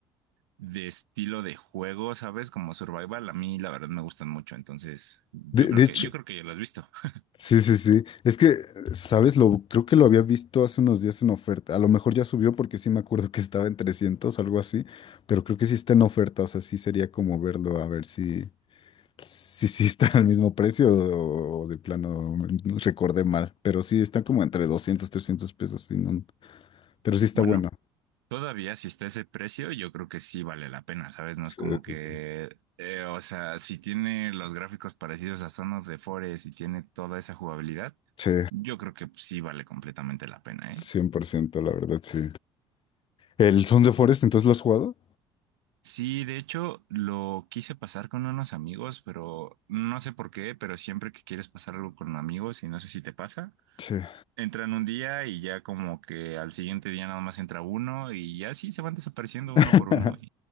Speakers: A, on the right (about 85°); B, on the left (about 40°).
A: de estilo de juego, ¿sabes? Como survival, a mí la verdad me gustan mucho, entonces yo
B: De,
A: creo
B: de
A: que,
B: hecho,
A: yo creo que ya lo has visto. <laughs>
B: sí, sí, sí. Es que, ¿sabes? Lo, creo que lo había visto hace unos días en oferta. A lo mejor ya subió porque sí me acuerdo que estaba en 300, algo así. Pero creo que sí está en oferta, o sea, sí sería como verlo, a ver si... Sí, sí, están al mismo precio o, o de plano no recordé mal, pero sí están como entre doscientos trescientos pesos, sí, no, pero sí está
A: Bueno,
B: bueno.
A: Todavía si está ese precio, yo creo que sí vale la pena, ¿sabes? No
B: Sí,
A: es como
B: sí,
A: que,
B: sí.
A: eh, o sea, si tiene los gráficos parecidos a Son of the Forest y tiene toda esa jugabilidad,
B: Sí,
A: yo creo que sí vale completamente la pena, ¿eh?
B: 100%, la verdad, sí. ¿El Sons of Forest, entonces lo has jugado?
A: Sí, de hecho, lo quise pasar con unos amigos, pero no sé por qué, pero siempre que quieres pasar algo con amigos y no sé si te pasa,
B: Sí.
A: entran un día y ya como que al siguiente día nada más entra uno y ya sí se van desapareciendo uno
B: <laughs>
A: por uno